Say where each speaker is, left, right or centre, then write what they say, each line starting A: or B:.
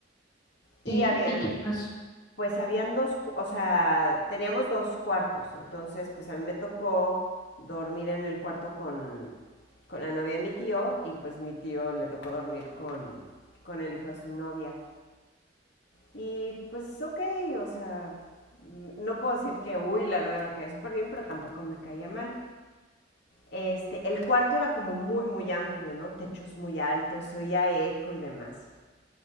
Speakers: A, on the left (about 60°); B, on the left (about 20°).
A: y
B: Sí,
A: habían
B: ¿y qué pasó?
A: pues habían dos, o sea, teníamos dos cuartos, entonces pues a mí me tocó dormir en el cuarto con, con la novia de mi tío y pues mi tío le tocó dormir con, con el hijo de su novia. Y pues ok, o sea, no puedo decir que, uy, la novia me caía súper bien, pero tampoco me caía mal. Este, el cuarto era como muy, muy amplio, ¿no? Techos muy altos, se oía eco y demás.